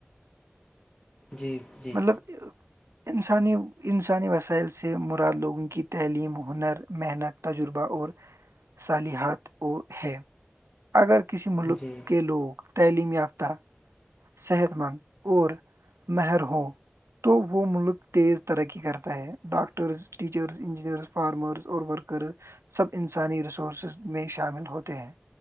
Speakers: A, on the left; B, on the right.
A: جی جی
B: مطلب انسانی انسانی وسائل سے مراد لوگوں کی تعلیم ہنر محنت تجربہ اور صالحات وہ ہے اگر کسی ملک
A: جی
B: کے لوگ تعلیم یافتہ صحت مند اور مہر ہوں تو وہ ملک تیز ترقی کرتا ہے ڈاکٹرز ٹیچرس انجینئرس فارمرز اور ورکرز سب انسانی ریسورسز میں شامل ہوتے ہیں